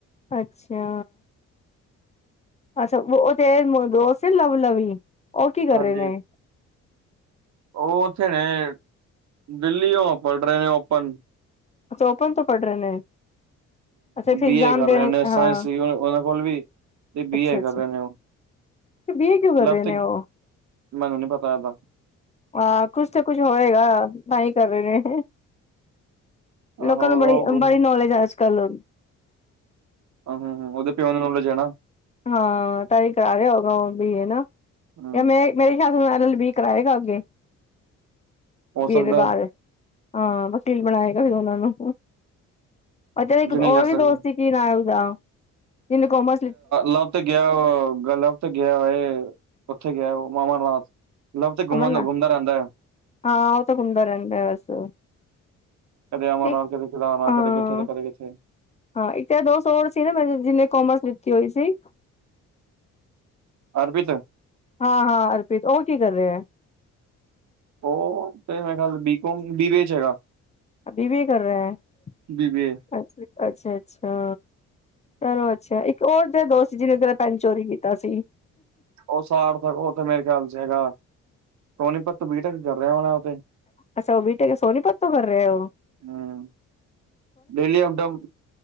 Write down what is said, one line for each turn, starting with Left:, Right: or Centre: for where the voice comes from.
Left: ਅੱਛਾ ਅੱਛਾ ਉਹ ਤੇ ਦੋਸਤ ਸੀ ਲਵ ਲਵੀ, ਉਹ ਕੀ ਕਰ
Right: ਹਾਂਜੀ
Left: ਰਹੇ ਨੇ?
Right: ਉਹ ਉੱਥੇ ਨੇ, ਦਿੱਲੀ ਉਹ ਪੜ੍ਹ ਰਹੇ ਨੇ ਓਪਨ।
Left: ਅੱਛਾ ਓਪਨ ਤੋਂ ਪੜ ਰਹੇ ਨੇ। ਅੱਛਾ ਫਿਰ
Right: ਬੀਏ
Left: ਇਗਜ਼ਾਮ
Right: ਕਰ
Left: ਦੇਣੇ
Right: ਰਹੇ
Left: ਹਾਂ।
Right: ਸਾਇੰਸ ਵੀ ਉਹ ਉਹਦੇ ਕੋਲ ਵੀ, ਤੇ ਬੀਏ
Left: ਅੱਛਾ-ਅੱਛਾ
Right: ਕਰ ਰਹੇ ਨੇ ਉਹ।
Left: ਬੀ ਏ ਕਿਉ ਕਰ
Right: ਲਵ
Left: ਰਹੇ
Right: ਤੇ
Left: ਨੇ ਉਹ?
Right: ਮੈਨੂੰ ਨੀ ਪਤਾ ਇਹਦਾ
Left: ਹਾਂ ਕੁਛ ਤੇ ਕੁਛ ਹੋਏਗਾ, ਤਾਂ ਹੀ ਕਰ ਰਹੇ ਨੇ। ਲੋਕਾਂ
Right: ਆਹੋ
Left: ਨੂੰ ਬੜੀ
Right: ਉਹ ਗੁੰਮ
Left: ਵਾਲੀ ਨੌਲੇਜ ਹੈ ਅੱਜ-ਕੱਲ੍ਹ।
Right: ਹਾਂ ਹਾਂ ਹਾਂ ਉਹਦੇ ਪਿਓ ਨੂੰ ਨਾਲੇਜ ਏ ਨਾ।
Left: ਹਾਂ ਤਾਹੀ ਕਰਾ ਰਿਹਾ ਹੋਊਗਾ ਉਹ ਬੀ ਏ ਨਾ।
Right: ਹੂੰ,
Left: ਇਹ ਮੈਂ ਮੇਰੇ ਖਿਆਲ ਮੈਡਲ ਵੀ ਕਰਾਏਗਾ ਅੱਗੇ,
Right: ਹੋ
Left: ਬੀ
Right: ਸਕਦਾ
Left: ਏ ਦੇ ਬਾਅਦ।
Right: ਹੈ,
Left: ਹਾਂ ਵਕੀਲ ਬਣਾਏਗਾ ਫਿਰ ਉਹਨਾਂ ਨੂੰ। ਅੱਛਾ
Right: ਕੁਝ
Left: ਨਾ ਇੱਕ
Right: ਨਹੀਂ
Left: ਹੋਰ
Right: ਕਰ ਸਕਦੇ
Left: ਵੀ ਦੋਸਤ ਸੀ। ਫਿਰ ਆਂਵਦਾ, ਤਿੰਨ ਕੌਮਾ ਸ
Right: ਲਬ ਤੇ ਗਿਆ ਵਾ ਲਬ ਤੇ ਗਿਆ ਵਾ, ਉੱਥੇ ਗਿਆ ਵਾ ਉਹ ਅਮਰਨਾਥ। ਲਵ ਤੇ ਘੁੰਮਣ
Left: ਅਮਨਾ।
Right: ਘੁੰਮਦਾ ਰਹਿੰਦਾ ਹੈ
Left: ਹਾਂ ਉਹ ਤਾਂ ਘੁੰਮਦਾ ਰਹਿੰਦਾ ਬਸ।
Right: ਕਦੇ ਅਮਰਨਾਥ,
Left: ਇੱਕ
Right: ਕਦੇ ਕਿਦਾਰਨਾ,
Left: ਹਾਂ
Right: ਕਦੇ ਕਿੱਥੇ ਤੇ ਕਦੇ ਕਿੱਥੇ।
Left: ਹਾਂ ਇੱਕ ਤਾਂ ਦੋ ਸੌ ਹੋਰ ਸੀ ਨਾ ਮੈਂ ਜਿਨੇ ਕੋਮਰਸ ਲਿੱਤੀ ਹੋਈ ਸੀ।
Right: ਅਰਪਿਤ
Left: ਹਾਂ ਹਾਂ ਅਰਪ੍ਰੀਤ ਔ ਕੀ ਕਰ ਰਿਹਾ ਹੈ।
Right: ਉਹ ਮੇਰਾ ਖਆਲ B com, B B A ਚ ਹੈਗਾ।
Left: ਬੀ ਬੀ ਏ ਕਰ ਰਿਹਾ ਹੈ
Right: ਬੀਬੀਏ
Left: ਅੱਛਾ ਅੱਛਾ। ਚਲੋ ਅੱਛਾ ਇੱਕ ਔ ਤੇਰਾ ਦੋਸਤ ਜਿਹਨੇ ਤੇਰਾ ਪੈਨ ਚੋਰੀ ਕੀਤਾ ਸੀ।
Right: ਉਹ ਸਾਰ ਤ ਉਹ ਤੇ ਮੇਰੇ ਖਿਆਲ ਚ ਹੈਗਾ ਸੋਨੀਪਤ ਤੋ ਬੀ ਟੈਕ ਕਰ ਰਿਹਾ ਹੋਣਾ ਉਹ ਤੇ
Left: ਅੱਛਾ ਔ ਬੀ ਟੈਕ ਸੋਨੀਪਤ ਤੋਂ ਕਰ ਰਹਾ ਹੈ ਔ।
Right: ਹੂੰ, ਡੇਲੀ ਆਂਦਾ ਔ